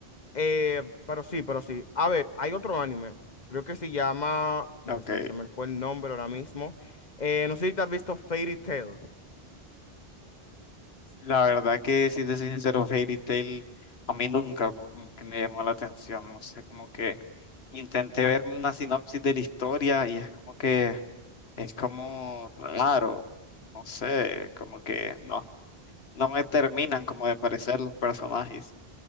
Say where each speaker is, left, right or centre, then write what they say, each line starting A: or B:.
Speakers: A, on the left; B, on the left.
A: eh, pero sí, pero sí. A ver, hay otro anime, creo que se llama, ya
B: Ok,
A: se, me se me fue el nombre ahora mismo. Eh, no sé si te has visto Fairy Tail.
B: la verdad que si te soy sincero, Fairy Tail a mí nunca como que me llamó la atención, no sé, como que intenté verme una sinopsis de la historia y es como que es como raro, no sé, como que no, no me terminan como de parecer los personajes,